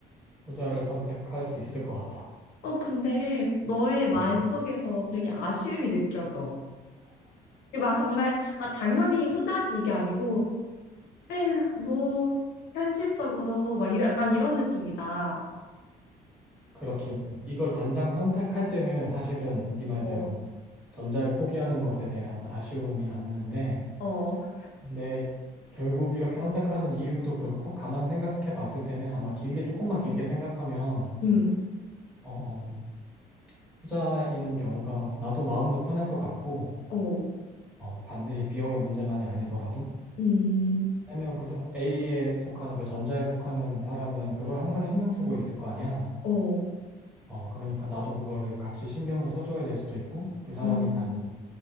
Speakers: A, in the centre; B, on the left (about 80°).
A: 후자를 선택할 수 있을 것 같아.
B: 어, 근데 너의 말
A: 음.
B: 속에서 되게 아쉬움이 느껴져. 이게 막 정말, 아, 당연히 후자지 이게 아니고, 에휴, 뭐, 현실적으로, 막, 이 약간 이런 느낌이다.
A: 그렇긴 해. 이걸 단장 선택할 때는 사실은 네 말대로
B: 어,
A: 전자를 포기하는 것에 대한 아쉬움이 남는데,
B: 어, 어,
A: 근데 결국 이렇게 선택하는 이유도 그렇고 가만 생각해 봤을 때는 아마 길게 조금만 길게 생각하면
B: 음,
A: 어, 어, 투자인 경우가 나도 마음도 편할 것 같고
B: 어,
A: 어, 반드시 비용의 문제만이 아니더라도
B: 음,
A: 왜냐면 그 사- A에 속하는 그 전자에 속하는 사람은 그걸 항상 신경 쓰고 있을 거 아니야.
B: 어,
A: 어, 그러니까 나도 그거를 같이 신경을 써줘야 될 수도 있고 그 사람이
B: 음,
A: 받는